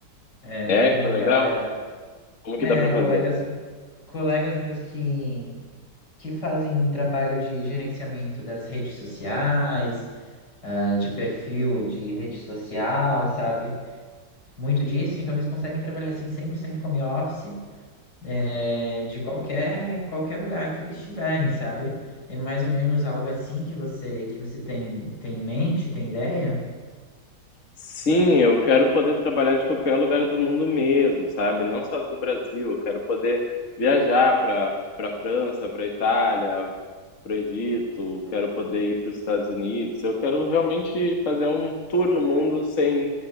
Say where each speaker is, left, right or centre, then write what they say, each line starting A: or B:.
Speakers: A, on the left; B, on the left.
A: É,
B: É,
A: tem
B: que
A: uma
B: legal.
A: galera,
B: Como
A: é,
B: que dá pra
A: colegas,
B: fazer?
A: colegas meus que que fazem trabalho de gerenciamento das redes sociais, ah, de perfil de rede social, sabe? Muito disso, então eles conseguem trabalhar assim 100% home office, eh, de qualquer qualquer lugar que eles estiverem, sabe? É mais ou menos algo assim que você que você tem tem em mente, tem ideia?
B: Sim, eu quero poder trabalhar de qualquer lugar do mundo mesmo, sabe? Não só do Brasil, eu quero poder viajar para para França, para Itália, para o Egito, quero poder ir para os Estados Unidos. Eu quero realmente fazer um tour no mundo sem